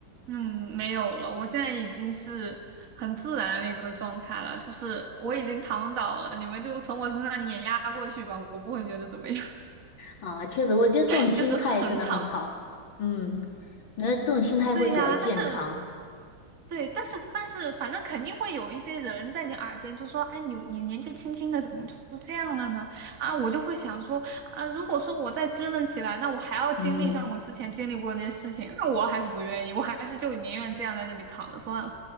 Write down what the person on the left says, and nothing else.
啊，确实，我觉得这种心态真的很好。
嗯，那这种心态会比较健康。
嗯。